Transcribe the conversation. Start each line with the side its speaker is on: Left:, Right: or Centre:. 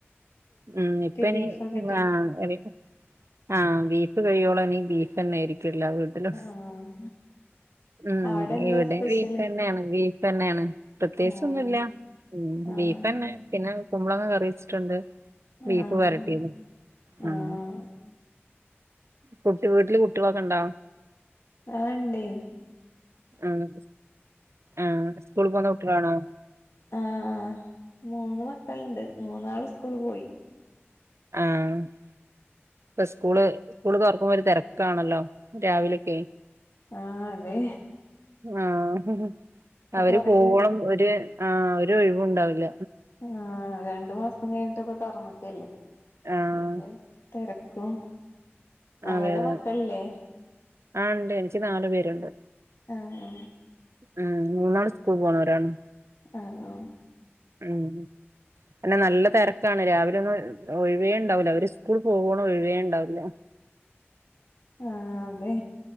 Right: ഉം ഇപ്പനി
Left: ബീഫൊക്കെ കിട്ടീണ്
Right: ആഹ് എറി ആഹ് ബീഫ് കഴിയോളനി ബീഫെന്നൊയിരിക്കും എല്ലാ വീട്ടിലും.
Left: ആഹ്
Right: ഉം
Left: അവിടെ എന്താ
Right: ഇവിടിം
Left: സ്പെഷ്യല്
Right: ബീഫെന്നെണ് ബീഫെന്നെണ് പ്രത്യേകിച്ചൊന്നുല്ല.
Left: ആഹ്
Right: ഉം
Left: ആഹ്
Right: ബീഫെന്നെ പിന്നെ കുമ്പളങ്ങ കറി വെച്ചിട്ടുണ്ട് ബീഫ്
Left: ആഹ്
Right: വരട്ടിയതും. ഉം
Left: ആഹ്
Right: കുട്ടി വീട്ടില് കുട്ടിളൊക്കെ ഉണ്ടോ
Left: ആഹ് ഇണ്ടെയ്
Right: ആഹ് ആഹ് സ്കൂൾ പോകുന്ന കുട്ടികളാണോ?
Left: ആഹ് മൂന്ന് മക്കളുണ്ട് മൂന്നാള് സ്കൂൾ പോയി.
Right: ആഹ് ഇപ്പ സ്കൂള് സ്കൂൾ തൊറക്കുമ്പോ ഒരു തെരക്കാണല്ലോ രാവിലൊക്കെയ്
Left: ആഹ് അതെ
Right: ആഹ്
Left: ഇപ്പൊ
Right: അവര്
Left: കൊറേ
Right: പോവോളം
Left: ദിവസം
Right: ഒര് ആഹ് ഒരൊഴിവും ഉണ്ടാവില്ല
Left: ആഹ് രണ്ടു മാസം കഴിഞ്ഞിട്ട് ഇപ്പം തൊറന്നെക്കല്ലേ
Right: ആഹ്
Left: അപ്പം അയിന്റെ തെരക്കും അവിടെ
Right: അതെയതെ
Left: മക്കളില്ലേ
Right: ആഹ് ഇണ്ട് എനിക്ക് നാലുപേരുണ്ട്.
Left: ആണോ
Right: ഉം മൂന്നാള് സ്കൂളിൽ പോണവരാണ്.
Left: ആണോ
Right: ഉം അതതന്നെ നല്ല തെരക്കാണ് രാവിലെ ഒന്നും ഒഴിവേണ്ടാവുല്ല അവര് സ്കൂൾ പോകോളം ഒഴിവേ ഉണ്ടാവില്ല.
Left: ആഹ് അതെ